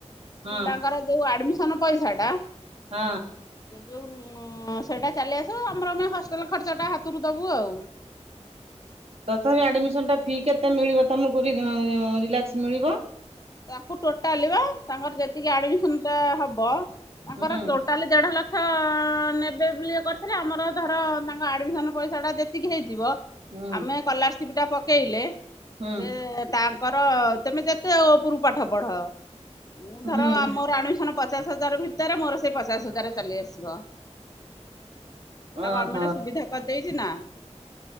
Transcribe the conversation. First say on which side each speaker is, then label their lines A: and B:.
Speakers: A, on the right; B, on the left.
A: ହଁ
B: ପିଲାଙ୍କର ଯୋଉ ଆଡମିସନ ପଇସା ଟା
A: ହଁ
B: ସେ ଉ ସେଇଟା ଚାଲି ଆସିବ ଆମର ଆମେ ହଷ୍ଟେଲ ଖର୍ଚ୍ଚଟା ହାତରୁ ଦେବୁ ଆଉ।
A: ତଥାପି ଆଡ୍ମିଶନ ଟା ଫି କେତେ ମିଳିବ ତମ କୁରି ରେଳକ୍ସ ମିଳିବ?
B: ତାଙ୍କୁ ଟୋଟାଲି ବା ତାଙ୍କର ଯେତିକି ଆଡମିସନ ଟା ହବ। ତାଙ୍କର
A: ହୁଁ
B: ଟୋଟାଲି ଦେଢ ଲକ୍ଷ। କ୍ଷ ନେବେ ବୋଲିଏ କରିଥିଲେ ଆମର ଧର ତାଙ୍କ ଆଡ଼ମିସନ୍ ପଇସାଟା ଯେତିକି ହେଇଥିବ।
A: ହୁଁ
B: ଆମେ କଲାରସିପ ଟା ପକେଇଲେ
A: ହୁଁ
B: ସେ ତା କର ତମେ ଯେତେ ଉପରୁ ପାଠ ପଢ ମୁଁ ଧର
A: ହୁଁ
B: ଆମର ଆଡମିନ ପଚାଶ ହଜାର ଭିତରେ ମୋର ସେ ପଚାଶ ହଜାର ଚାଲି ଆସିବ। ସେଟା
A: ଓହୋ
B: ଗଭର୍ଣମେଣ୍ଟ ସୁବିଧା କରିଦେଇଛି ନା।